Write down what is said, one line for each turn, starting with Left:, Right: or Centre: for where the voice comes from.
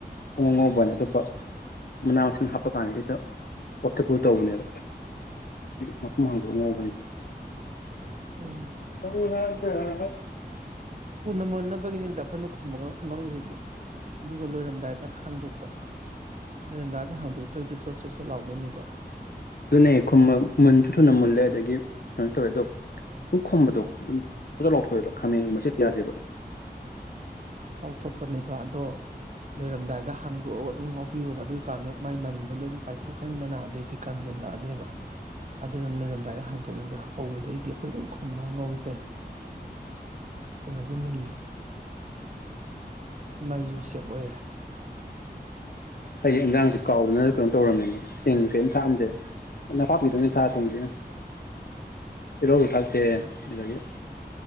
Left: ꯄꯨꯡ ꯑ ꯉꯧꯕꯅ ꯑꯇꯣꯞꯄ ꯃꯅꯥ ꯃꯁꯤꯡ ꯍꯥꯞꯄ ꯀꯥꯟꯗꯩꯦꯛꯇ ꯄꯣꯊꯄ ꯇꯧꯕꯅꯦꯕ ꯃꯐꯝ ꯍꯥꯡꯗꯣꯛꯑ ꯉꯧꯕꯅꯤꯅ
Right: ꯎꯝ
Left: ꯍ ꯂꯗ
Right: ꯅ ꯃ ꯅꯕꯒꯤꯅꯤ ꯑꯈꯣꯏꯅ ꯃ ꯊ ꯑ ꯑꯗꯨꯒ ꯂꯣꯏꯔꯝꯗꯥꯏꯗ ꯍꯥꯡꯗꯣꯛꯄ ꯂꯩꯔꯝꯗꯥꯗ ꯍꯥꯡꯗꯣꯛꯇ꯭ꯔꯒꯗꯤ ꯆꯣꯠ ꯆꯣꯠ ꯆꯣꯠ ꯂꯥꯎꯗꯣꯏꯅꯦꯕ
Left: ꯑꯗꯨꯅꯦ ꯑꯩꯈꯃꯛ ꯃꯨꯟꯁꯨ ꯊꯨꯅ ꯃꯨꯜꯂꯦ ꯑꯗꯒꯤ ꯇꯧꯋꯦ ꯑꯗꯣ ꯄꯨꯡ ꯈꯣꯝꯕꯗꯣ ꯑꯗꯨꯝ ꯐꯖꯅ ꯂꯥꯎꯊꯣꯛꯑꯦꯕ ꯈꯥꯃꯦꯟꯒꯨꯝꯕ ꯁꯦꯛꯇ ꯌꯥꯗꯦꯕ
Right: ꯉꯥꯎꯊꯣꯛꯄꯅꯦꯕ ꯑꯗꯣ ꯂꯣꯏꯔꯝꯗꯥꯏꯗ ꯍꯥꯡꯗꯣꯛꯑꯒ ꯑꯗꯨꯝ ꯉꯥꯎꯤꯌꯣꯕ ꯑꯗꯨꯀꯥꯟꯗ ꯃꯥꯏ ꯃꯅꯤꯡꯗ ꯂꯣꯏ ꯄꯥꯏꯊꯣꯛꯈ꯭ꯔꯅꯤꯗꯅ ꯑꯗꯩꯗꯤ ꯀꯟꯖꯜꯂꯛꯑꯅꯦꯕ ꯑꯗꯨꯅ ꯂꯣꯏꯔꯝꯗꯥꯏꯗ ꯍꯥꯡꯗꯣꯛꯅꯕꯗꯣ ꯍꯧꯕꯗꯒꯤꯩꯗꯤ ꯑꯩꯈꯣꯏ ꯑꯗꯨꯝ ꯈꯨꯝꯕ ꯉꯥꯎꯏ ꯀꯩꯅꯣ ꯊꯨꯅꯁꯨ ꯃꯨꯜꯂꯦ ꯃꯥꯏꯨꯁꯤꯌꯥꯄꯦ
Left: ꯍꯡ ꯏꯟꯖꯥꯡꯁꯦ ꯀꯥꯎꯗꯅ ꯀꯩꯅꯣ ꯇꯧꯔꯝꯃꯦꯅ ꯆꯦꯡ ꯀꯔꯤꯝ ꯊꯥꯛꯑꯝꯗꯦ ꯅꯄꯥꯛꯄꯤꯈꯤꯇꯪꯗꯤ ꯊꯥꯛ ꯈꯗꯤꯦ ꯇꯤꯔꯧꯁꯨ ꯊꯥꯛꯇꯦ ꯑꯗꯨꯗꯒꯤ